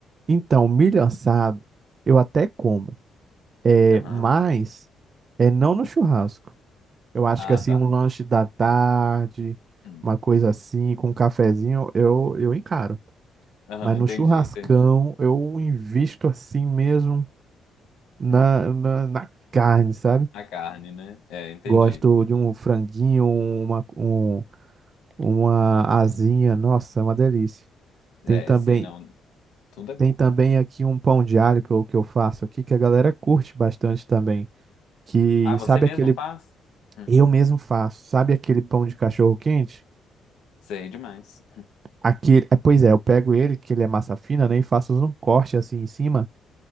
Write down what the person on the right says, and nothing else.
Então, milho assado eu até como, é,
mas é não no churrasco. Eu acho
que assim,
um lanche da tarde,
uma coisa
assim, com um cafezinho, eu, eu encaro.
Mas no
churrascão,
eu invisto assim mesmo na,
na, na carne, sabe?
Gosto de um franguinho, uma, um uma asinha, nossa, é uma delícia.
Tem também,
tem também aqui um pão de alho que eu, que eu faço aqui, que a galera curte bastante também. Que
sabe
aquele,
eu mesmo faço, sabe aquele pão de cachorro quente?
Aquele, é, pois é, eu pego ele, que ele é massa fina, né, e faço um corte assim em cima.